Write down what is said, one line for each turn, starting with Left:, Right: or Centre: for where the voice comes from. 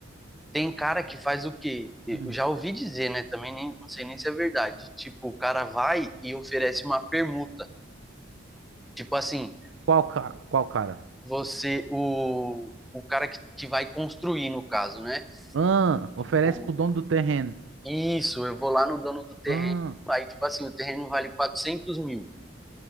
Centre: Tem cara que faz o quê? Eu
Right: Hum,
Centre: já ouvi dizer, né? Também nem, não sei nem se é verdade. Tipo, o cara vai e oferece uma permuta. Tipo assim,
Right: Qual, ca- qual cara?
Centre: você, o, o cara que, que vai construir, no caso, né?
Right: Ah, oferece
Centre: Tipo,
Right: pro dono do terreno.
Centre: isso, eu vou lá no dono do terreno,
Right: Ah,
Centre: aí, tipo assim, o terreno vale 400 mil.